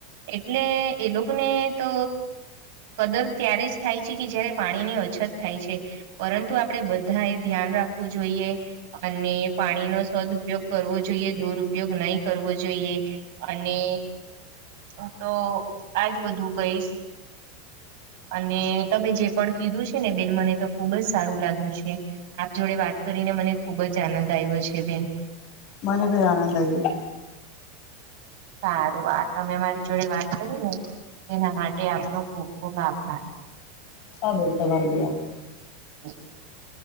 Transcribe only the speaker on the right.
એટલે એ લોકને, તો કદર ત્યારે જ થાય છે કે જયારે પાણીની અછત થાય છે. પરંતુ આપડે બધાએ ધ્યાન રાખવું જોઈએ. અને પાણીનો સદઉપ યોગ કરવો જોઈએ, દુરપયોગ નઈ કરવો જોઈએ. અને હું તો આજ બધું કહીશ. અને તમે જે પણ કીધું છે ને બેન, મને તો ખુબ જ સારું લાગ્યું છે. આપ જોડે વાત કરીને મને ખુબ જ આનંદ આવ્યો છે બેન.
હારું આ તમે મારી જોડે વાત કરીને એના માટે આપનો ખુબ ખુબ આભાર.
<inaudible>